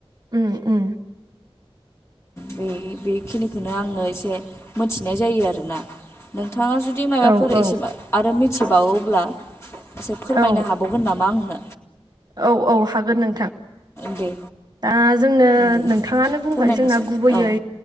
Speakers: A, on the right; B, on the left.
A: उम उम
B: बे बेखिनिखौनो आङो एसे मोनथिनाय जायो आरोना नों थाङा जुदि माबाफोर
A: औ औ
B: एसेबा आरो थिबावोब्ला। एसे फोरमायनो
A: औ
B: हाबावगोन नामा आंनो।
A: औ औ हागोन नोंथां।
B: दे।
A: दा जोंनो
B: दे
A: नोंथाङानो बुंबाय।
B: फोरमायनोसै
A: जोंना गुबैयै
B: औ